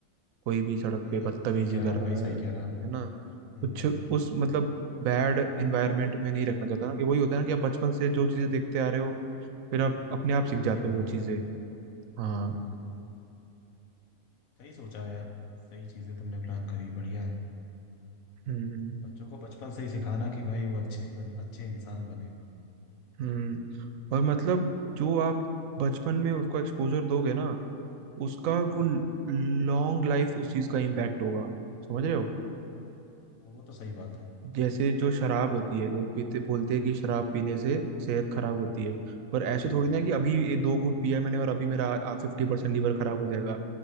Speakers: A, on the right; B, on the left.
A: कोई भी सड़क
B: हम्म,
A: पे बदतमीजी
B: सही कह
A: कर
B: रहा है भाई
A: रहा है
B: सही कह रहा है
A: है ना
B: हम्म
A: कुछ उस मतलब बैड एनवायरनमेंट में नहीं रखना चाहता ना कि वही होता है ना कि आप बचपन से जो चीजें देखते आ रहे हो फिर आप अपने आप सीख
B: ऐसे
A: जाते
B: ही बनोगे
A: हो वो चीजें हाँ
B: हम्म सही सोचा है यार सही चीजें तुमने प्लान करी बढ़िया है
A: हम्म
B: बच्चों को बचपन से ही सिखाना कि भाई वो अच्छे बन, अच्छे इंसान बने
A: हम्म और मतलब जो आप बचपन में उसको एक्सपोजर दोगे ना उसका वो
B: हम्म
A: लॉन्ग लाइफ उस चीज का इम्पैक्ट होगा समझ रहे हो
B: हाँ, वो तो सही बात है
A: जैसे जो शराब होती है लोग पीते बोलते हैं कि शराब पीने से सेहत खराब होती है पर ऐसे थोड़ी ना कि अभी ये दो घूंट पिया है मैंने और अभी मेरा फिफ्टी परसेंट लीवर खराब हो जाएगा